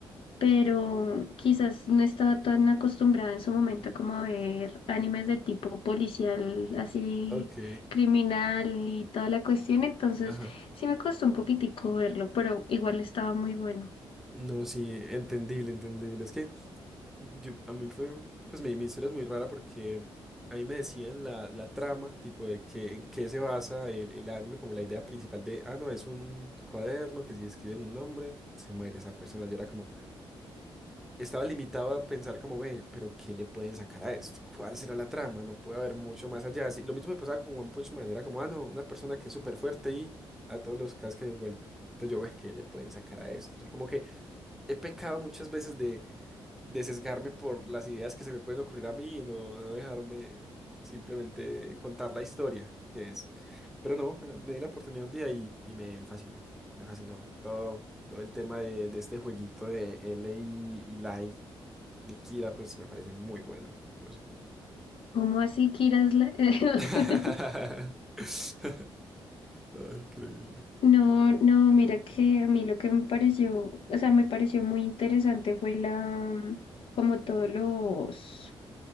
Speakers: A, on the left; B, in the centre.
A: pero quizás no estaba tan acostumbrada en su momento como a ver animes de tipo policial, así
B: Ok,
A: criminal y toda la cuestión, entonces
B: Ajá.
A: sí me costó un poquitico verlo, pero igual estaba muy bueno.
B: no, sí, entendible, entendible. Es que Yo, a mí fue, pues mi, mi historia es muy rara porque ahí me decían la, la trama, tipo de que en qué se basa el, el anime, como la idea principal de, ah, no, es un cuaderno que si escriben un nombre, se muere esa persona. Yo era como, estaba limitado a pensar como, ve, pero ¿qué le pueden sacar a esto? ¿Cuál será la trama? No puede haber mucho más allá. Así- lo mismo me pasaba con One Punch Man, era como, ah, no, una persona que es súper fuerte y a todos los casca de un golpe. Entonces yo, ve, ¿qué le pueden sacar a esto? Así como que he pecado muchas veces de de sesgarme por las ideas que se me pueden ocurrir a mí y no, no dejarme simplemente contar la historia que es. Pero no, eh, me di la oportunidad un día y, y me fascinó, me fascinó todo, todo el tema de, de este jueguito de L y, y Light de Kira, pues me parece muy bueno. No sé.
A: ¿Cómo así, Kira? es la- <laughs>
B: <laughs> Ah, increíble.
A: No, no, mira que a mí lo que me pareció, o sea, me pareció muy interesante fue la, como todos los